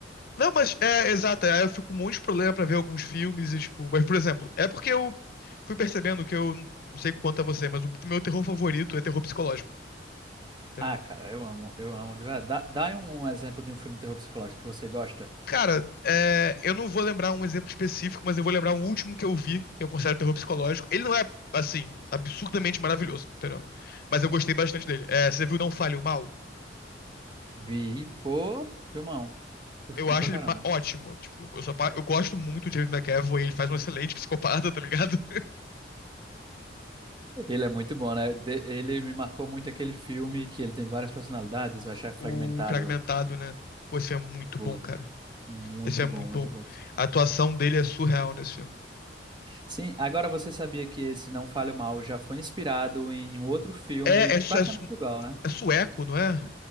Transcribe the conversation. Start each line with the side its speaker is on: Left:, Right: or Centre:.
Left: Não, mas é, exato, aí eu fico com um monte de problema pra ver alguns filmes e, tipo... Mas, por exemplo, é porque eu fui percebendo que eu... Não sei quanto a você, mas o meu terror favorito é terror psicológico, entendeu?
Right: Ah, cara, eu amo, eu amo. de verdade. Dá, dá um exemplo de um filme de terror psicológico que você gosta.
Left: Cara, é, eu não vou lembrar um exemplo específico, mas eu vou lembrar um último que eu vi, que eu considero terror psicológico. Ele não é, assim, absurdamente maravilhoso, entendeu? Mas eu gostei bastante dele. É, você viu Não Fale o Mal?
Right: Vi, pô, filmão. Curti
Left: Eu acho
Right: pra caramba.
Left: ele ma- ótimo. Tipo, eu, sou apa- eu gosto muito de James McAvoy, ele faz um excelente <laughs> psicopata, tá ligado? <laughs>
Right: Ele é muito bom, né? De- ele me marcou muito aquele filme que ele tem várias personalidades, eu achei fragmentado.
Left: O Fragmentado, né? Pô, esse é muito
Right: pô,
Left: bom, cara.
Right: Muito
Left: Esse é muito
Right: bom, muito
Left: bom.
Right: bom.
Left: A atuação dele é surreal nesse filme.
Right: Sim, agora você sabia que esse Não Fale Mal já foi inspirado em um outro filme
Left: É, é, su-
Right: praticamente
Left: é su-
Right: igual, né?
Left: é sueco, não é?